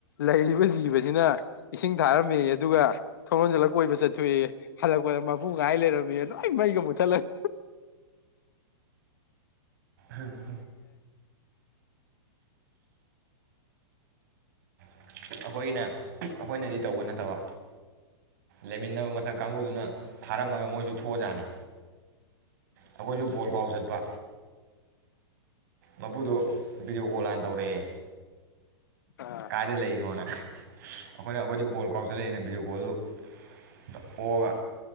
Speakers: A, on the left (about 45°); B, on the right (about 40°).
A: ꯂꯩꯔꯤꯕ ꯖꯤꯕꯁꯤꯅ ꯏꯁꯤꯡ ꯊꯥꯔꯝꯃꯤ ꯑꯗꯨꯒ ꯊꯣꯟꯖꯜꯂ ꯀꯣꯏꯕ ꯆꯠꯊꯣꯛꯑꯦ ꯍꯜꯂꯛꯄꯗ ꯃꯄꯨ ꯉꯥꯏ ꯂꯩꯔꯝꯃꯤ ꯂꯣꯏ ꯃꯩꯒ ꯃꯨꯊꯠꯂꯒ
B: ꯎꯝꯝ ꯑꯩꯈꯣꯏꯅ ꯑꯩꯈꯣꯏꯅꯗꯤ ꯇꯧꯕ ꯅꯠꯇꯕ ꯂꯩꯃꯤꯟꯅꯕ ꯃꯊꯛ ꯀꯥꯡꯕꯨꯗꯨꯅ ꯊꯥꯔꯝꯃꯒ ꯃꯣꯏꯁꯨ ꯊꯣꯛꯑꯖꯥꯠꯅꯤ ꯑꯩꯈꯣꯏꯁꯨ ꯕꯣꯣꯔꯒ꯭ꯔꯥꯎ ꯆꯠꯄ ꯃꯄꯨꯗꯣ ꯚꯤꯗꯤꯑꯣ ꯀꯣꯜ ꯍꯥꯟꯅ ꯇꯧꯔꯛꯑꯦ
A: ꯑꯥ
B: ꯀꯥꯏꯗ ꯂꯩꯔꯤꯅꯣꯅ ꯑꯩꯈꯣꯏꯅ ꯑꯩꯈꯣꯏꯗꯤ ꯕꯣꯜ ꯀꯥꯎꯆꯜꯂꯛꯑꯦꯅ ꯚꯤꯗꯤꯑꯣ ꯀꯣꯜꯗꯨꯗ ꯑꯣꯛꯑꯒ